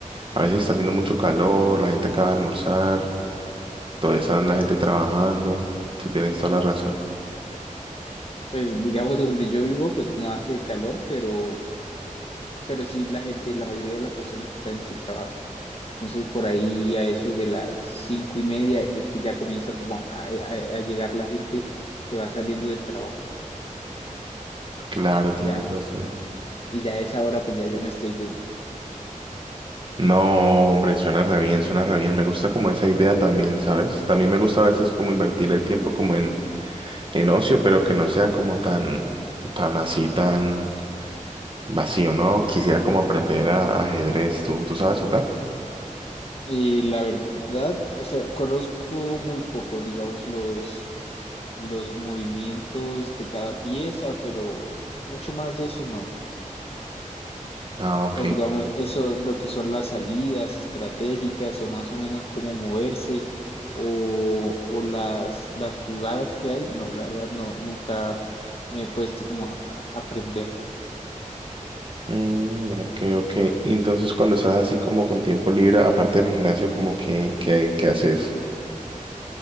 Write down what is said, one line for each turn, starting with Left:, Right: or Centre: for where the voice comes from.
Right: a veces está haciendo mucho calor, la gente acaba de almorzar, todavía está la gente trabajando. Si tienes toda la razón.
Left: pues digamos donde yo vivo pues no hace calor, pero, pero sí la gente, la mayoría de las personas está en su trabajo. Entonces, por ahí a eso de las cinco y media es que ya comienza como a, a- a llegar la gente que va saliendo del trabajo.
Right: Claro, tienes
Left: Ya,
Right: razón.
Left: y ya a esa hora, pues ya yo me estoy yendo.
Right: No, hombre, suena re bien, suena re bien. Me gusta como esa idea también, ¿sabes? También me gusta a veces como invertir el tiempo como en, en ocio, pero que no sea como tan, tan así, tan vacío, ¿no? Quisiera como aprender a, a ajedrez. ¿Tú, tú sabes jugar?
Left: Y la verdad, o sea, conozco muy poco, digamos, los, los movimientos de cada pieza, pero mucho más de eso no.
Right: Ah, ok.
Left: O sea, digamos, eso, lo que son las salidas estratégicas o más o menos cómo moverse o, o las, las jugadas que hay, no, la verdad no, nunca me he puesto como a, a aprender.
Right: Mm, ok, ok. Y entonces cuando estás así como con tiempo libre, aparte del gimnasio, como que, que, que haces.